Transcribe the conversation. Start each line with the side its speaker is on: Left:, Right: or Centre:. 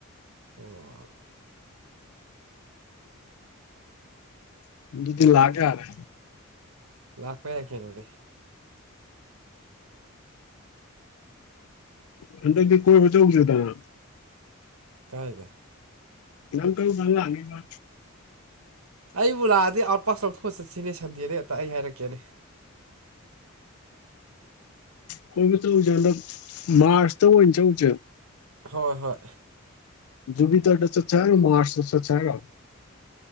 Right: ꯑꯣ
Left: ꯑꯗꯨꯗꯤ ꯂꯥꯛ ꯌꯥꯔꯦ
Right: ꯂꯥꯛꯄ ꯌꯥꯏ ꯀꯩꯅꯣꯗ
Left: ꯍꯟꯗꯛꯇꯤ ꯀꯣꯏꯕꯥ ꯆꯠꯂꯨꯁꯤꯗꯅ
Right: ꯀꯥꯏꯗ
Left: ꯅꯪ ꯀꯔꯝ ꯀꯥꯟ ꯂꯥꯛꯅꯦꯕꯥ
Right: ꯑꯩꯕꯨ ꯂꯥꯛꯑꯗꯤ ꯑꯥꯎꯠ ꯄꯥꯁ ꯂꯧꯊꯣꯛꯑ ꯆꯠꯁꯤꯅꯦ ꯁꯟꯗꯦꯗ ꯍꯦꯛꯇ ꯑꯩ ꯍꯥꯏꯔꯛꯀꯦꯅꯦ
Left: ꯀꯣꯏꯕꯥ ꯆꯠꯂꯨꯁꯦ ꯍꯟꯗꯛ ꯃꯥꯔꯁꯇ ꯑꯣꯏꯅ ꯆꯠꯂꯨꯁꯦ
Right: ꯍꯣꯏ ꯍꯣꯏ
Left: ꯖꯨꯄꯤꯇꯦꯔ ꯗ ꯆꯠꯁꯦ ꯍꯥꯏꯔꯣ ꯃꯥꯠꯆ ꯇꯥ ꯆꯠꯁꯦ ꯍꯥꯏꯔꯣ꯫